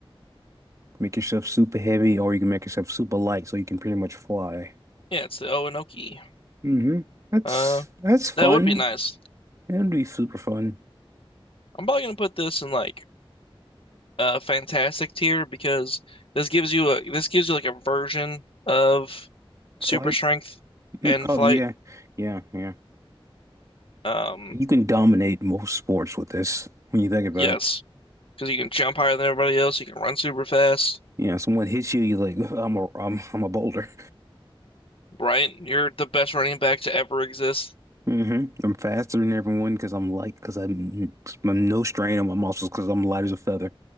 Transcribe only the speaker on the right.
Make yourself super heavy, or you can make yourself super light, so you can pretty much fly.
Mm-hmm. That's
that's fun.
It'd be super fun.
Flight.
Mm,
Oh
yeah, yeah, yeah.
You can dominate most sports with this when you think about
it.
Yeah, someone hits you, you're like, <laughs> I'm a I'm I'm a boulder.
hmm I'm faster than everyone because I'm light because I'm, I'm no strain on my muscles because I'm light as a feather.